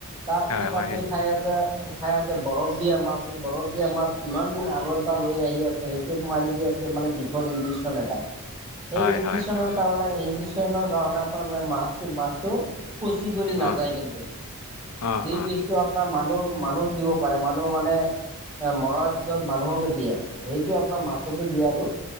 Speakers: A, on the right (about 25°); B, on the left (about 85°).
A: তাৰপিছত
B: হয় হয়
A: আপুনি খাই আছে, খাই আছে বৰফ দিয়া মাছ, সেই বৰফ দিয়া মাছ কিমান দিন আগত বা লৈ আহি আছে, সেইটোক মাৰি দি আছে মানে বিষৰ ইঞ্জেকচন এটা। সেই
B: হয়
A: ইনজিচনৰ
B: হয় হয়
A: কাৰণে ইনজেকচনৰ কাৰণে আপোনাৰ মাছটো-মাছটো পচি গলি নাযাই
B: অ
A: কিন্তু,
B: অ
A: যি
B: অ
A: বিচটো আপোনাৰ মানুহ মানুহক দিব পাৰে, মানুহ মানে এ মৰাৰ পিছত মানুহক দিয়ে, সেইটো আপোনাৰ মাছতো দিয়ে আৰু।